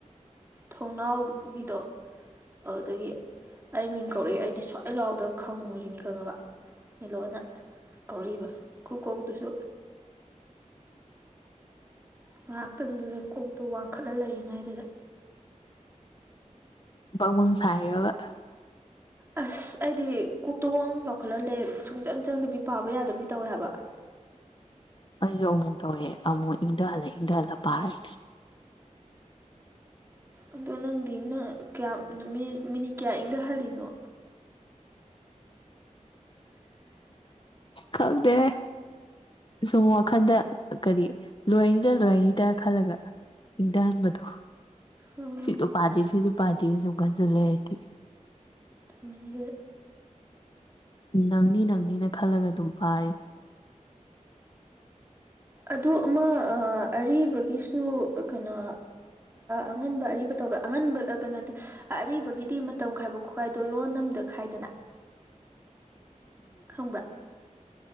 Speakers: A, on the right; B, on the left.
A: ꯊꯣꯡꯅꯥꯎꯒꯤꯗꯣ ꯑꯗꯨꯗꯒꯤ ꯑꯩ ꯃꯤꯡ ꯀꯧꯔꯛꯏꯦ ꯑꯩꯗꯤ ꯁ꯭ꯋꯥꯏ ꯂꯥꯎꯗ ꯈꯪꯉꯨꯔꯤꯅꯤ ꯈꯪꯉꯕ ꯃꯤꯂꯣꯟꯅ ꯀꯧꯔꯛꯏꯕ ꯈꯨꯀꯧꯗꯨꯁꯨ ꯉꯥꯏꯍꯥꯛꯇꯪꯗꯨꯗ ꯀꯣꯛꯇꯣ ꯋꯥꯡꯈꯠꯂ ꯂꯩꯔꯤꯉꯥꯏꯗꯨꯗ
B: ꯄꯋꯪ ꯁꯥꯏꯔꯒ
A: ꯑꯁ ꯑꯩꯗꯤ ꯀꯣꯛꯇꯣ ꯂꯧꯈꯠꯍꯜꯂꯦ ꯁꯨꯡꯆꯪ ꯆꯪꯗꯕꯤ ꯄꯥꯕ ꯌꯥꯗꯕꯤ ꯇꯧꯋꯦ ꯍꯥꯏꯕ
B: ꯑꯩꯁꯨ ꯑꯃꯨꯛ ꯇꯧꯋꯦ ꯑꯃꯨꯛ ꯏꯪꯊꯍꯜꯂꯦ ꯏꯪꯊꯍꯜꯂ ꯄꯥꯔꯦ
A: ꯑꯗꯣ ꯅꯪꯗꯤꯪ ꯀꯌꯥꯝ ꯃꯤ ꯃꯤꯅꯤꯠ ꯀꯌꯥ ꯏꯪꯊꯍꯜꯂꯤꯅꯣ
B: ꯈꯪꯗ ꯁꯨꯝ ꯋꯥꯈꯟꯗ ꯀꯔꯤ ꯂꯣꯏꯔꯅꯤꯗ ꯂꯣꯏꯔꯅꯤꯗ ꯈꯜꯂꯒ ꯏꯪꯊꯍꯟꯕꯗꯣ
A: ꯑꯣ
B: ꯁꯤꯁꯨ ꯄꯥꯗꯦ ꯁꯤꯁꯨ ꯄꯥꯗꯦꯅ ꯁꯨꯝ ꯈꯟꯖꯤꯜꯂꯦ ꯍꯥꯏꯔꯗꯤ
A: ꯃꯤꯒꯤ
B: ꯅꯪꯅꯤ ꯅꯪꯅꯤꯅ ꯈꯜꯂꯒ ꯑꯗꯨꯝ ꯄꯥꯔꯤ
A: ꯑꯗꯨ ꯑꯃ ꯑꯔꯤꯕꯒꯤꯁꯨ ꯀꯩꯅꯣ ꯑꯉꯟꯕ ꯑꯔꯤꯕ ꯇ ꯑꯉꯟꯕ ꯀꯩꯅꯣꯗꯤ ꯑꯔꯤꯕꯒꯤꯗꯤ ꯃꯇꯝ ꯈꯥꯏꯕ ꯈꯣꯠꯈꯥꯏꯗꯣ ꯂꯣꯟ ꯑꯃꯝꯗ ꯈꯥꯏꯗꯅ <inaudible>
B: ꯎꯝ
A: ꯈꯪꯕ꯭ꯔꯥ